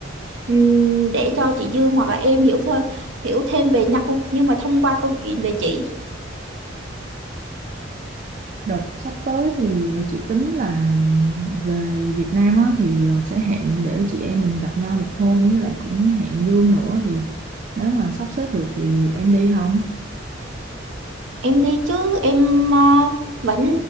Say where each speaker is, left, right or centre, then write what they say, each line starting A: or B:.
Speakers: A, on the right; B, on the right.
A: ừm, để cho chị Dương hoặc là em hiểu thôi hiểu thêm về nhau nhưng mà thông qua câu chuyện về chị
B: Đợt sắp tới thì chị tính là về Việt Nam á, thì ờ, sẽ hẹn để chị em mình gặp nhau một hôm với lại cũng hẹn Dương nữa thì nếu mà sắp xếp được thì em đi không?
A: em đi chứ em ờ, vẫn